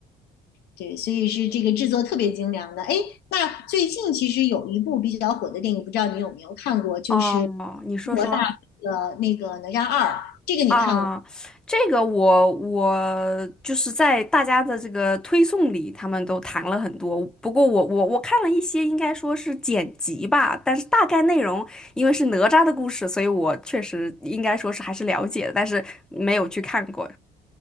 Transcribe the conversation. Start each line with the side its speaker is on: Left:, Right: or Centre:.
Left: 对，所以是这个制作特别精良的。哎，那最近其实有一部比较火的电影，不知道你有没有看过，就是
Centre: 哦，你说说。
Left: 中国大陆的那个《哪吒二》，这个你看过？
Centre: 啊，这个我我就是在大家的这个推送里，他们都谈了很多。不过我我我看了一些，应该说是剪辑吧，但是大概内容因为是哪吒的故事，所以我确实应该说是还是了解的，但是没有去看过。